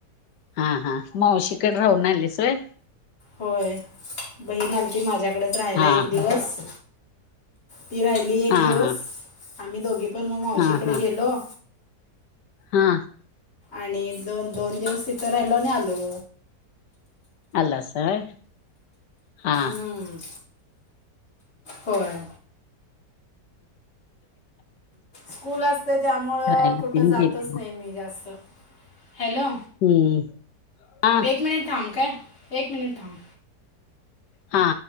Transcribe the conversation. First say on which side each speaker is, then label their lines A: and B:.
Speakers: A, on the left (about 80°); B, on the left (about 40°).
A: हा हा मावशीकड राहून आलीस होय..
B: होय बहीण आलती माझ्याकडच राहिला
A: हा
B: एक दिवस
A: हा
B: ती राहिली हिली एक
A: हा
B: दिवस
A: हा
B: आम्ही दोघी पण मग मावशीकडे
A: हा हा
B: गेलो
A: हा..
B: आणि एक दोन दोन दिवस तिथं राहिलो आणि आलो.
A: आलासा व्हय हा..
B: हम्म.. होय. स्कूल असते त्यामुळं
A: राहायला
B: कुठं
A: तेन
B: जातच
A: गेली
B: नाही मी जास्त हॅलो?
A: हम्म हा
B: एक मिनिट थांब काय एक मिनिट थांब.
A: हा.